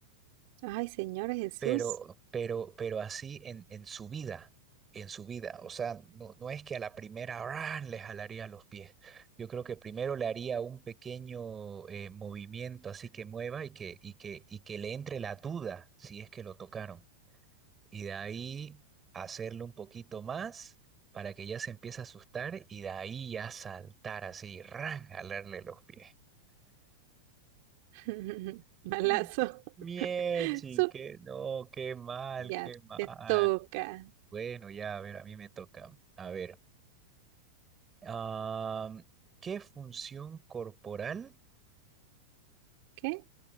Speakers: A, on the right (about 55°); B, on the right (about 20°).
A: Ay, Señor Jesús.
B: pero, pero, pero así en, en su vida, en su vida. O sea, no, no es que a la primera ¡ran! le jalaría los pies. Yo creo que primero le haría un pequeño eh, movimiento así que mueva y que, y que, y que le entre la duda si es que lo tocaron. Y de ahí hacerle un poquito más para que ya se empiece a asustar y de ahí ya saltar así, ¡ran! jalarle los pies.
A: <laughs> Malazo.
B: <laughs> Miechi,
A: Sup.
B: que no, qué mal,
A: Ya
B: qué mal.
A: te toca.
B: Bueno, ya, a ver, a mí me toca. A ver, am, ¿qué función corporal,
A: ¿Qué?